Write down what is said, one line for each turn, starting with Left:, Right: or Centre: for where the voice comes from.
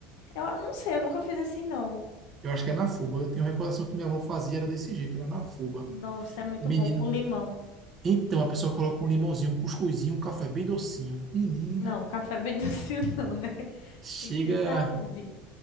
Left: Eu ah, não sei, eu nunca fiz assim, não.
Right: Eu acho que é na fuba. Eu tenho recordação que minha avó fazia era desse jeito, era na fuba.
Left: Nossa, é muito
Right: Menino,
Left: bom com limão.
Right: Então, a pessoa coloca um limãozinho, um cuscuzinho, um café bem docinho. Menina,
Left: Não, café bem docinho, <laughs> não, né?
Right: chega.
Left: Tem que ter saúde.